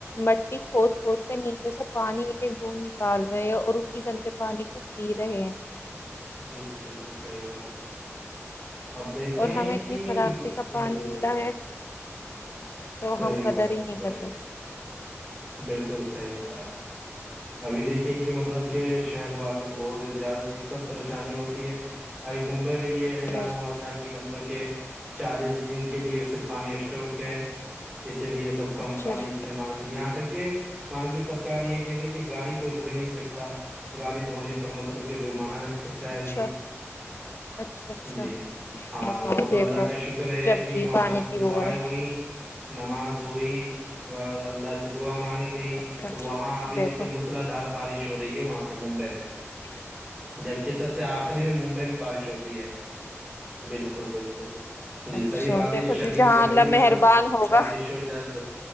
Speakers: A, on the left; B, on the right.
A: مٹی کھود کھود کے نیچے سے پانی ایک ایک بوند نکال رہے ہے اور اسی گندے پانی کو پی رہے ہیں
B: بالکل بالکل صحی بات اب دیکھیں
A: اور ہمیں اتنی
B: کہ
A: فراختی کا پانی
B: چیزیں
A: ملا ہے تو
B: صی
A: ہم قدر
B: بات
A: ہی
B: ہے
A: نہیں
B: صحی
A: کر
B: بات
A: رہے
B: بالکل صحی بات ابھی دیکھیے کہ مطلب کہ شہر والوں کو بہت ہی زیادہ دقت پریشانی ہوتی ہے ا ممبئی میں یہ اعلان
A: بیش
B: ہوا تھا کہ مطلب کہ چالیس دن کے لیے اس سے پانی اسٹک ہے اسی لیے سب کمپنیانی
A: اچھا جی
B: استعمال یہاں تک کہ وہاں کی سرک یہ کہہ رہی کہ گاڑی کوئی دھوئی نہیں سکتا گاڑی دھونے پر مطلب کہ جرمانہ لگ سکتا ہے
A: اچھا
B: جی
A: اچھا اچھا
B: جی ہاں
A: بتاؤ
B: وہ تو
A: دیکھو
B: اللہ کا شکر ہے
A: جب
B: کہ
A: بھی
B: وہاں
A: پانی کی وہ
B: دعائیں
A: ہے
B: ہوئیں نماز ہوئی اللہ سے دعا مانگی گئی
A: اچھا
B: تو وہاں ابھی
A: دیکھو
B: دیکھیے م مسلا دار بارش ہو رہی ہے وہاں پہ ممبئی میں
A: بارش رہ
B: جبک سب سے آخری میں ممبئی میں بارش ہوتی ہے بالکل بالکل جی
A: اچھا
B: صحیح بات
A: دیکھو
B: ہے شدید
A: جی جہاں
B: گرمی
A: اللہ
B: میں
A: مہربان
B: اگر
A: ہوگا
B: بارش ہو جائے تو